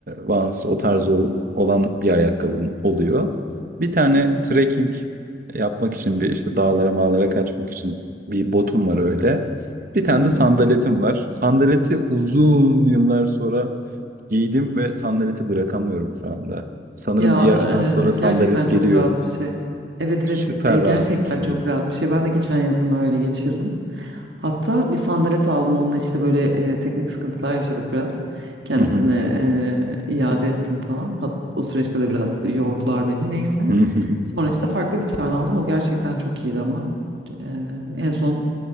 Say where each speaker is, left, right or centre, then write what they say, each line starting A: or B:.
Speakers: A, on the right; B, on the right.
A: Vans o tarz ol- olan bir ayakkabım oluyor. Bir
B: Hı
A: tane
B: hı.
A: trekking yapmak için bir işte dağlara mağlara kaçmak için bir botum var öyle. Bir tane
B: Hı hı.
A: de sandaletim var. Sandaleti uzun yıllar sonra giydim ve sandaleti bırakamıyorum şu anda. Sanırım
B: Ya
A: bir yaştan
B: eee,
A: sonra
B: gerçekten
A: sandalet geliyor.
B: çok rahat bir şey. Evet
A: Süper
B: evet e, gerçekten
A: rahat bir şey.
B: çok rahat bir şey. Ben de geçen yazımı öyle geçirdim. Hatta bir sandalet aldım onunla işte böyle e, teknik sıkıntılar yaşadık biraz. Kendisine
A: Hı hı.
B: e, iade ettim falan. Hat o süreçte de biraz yordular beni neyse.
A: Hı hı.
B: Sonra işte farklı bir tane aldım. O gerçekten çok iyiydi ama e, en son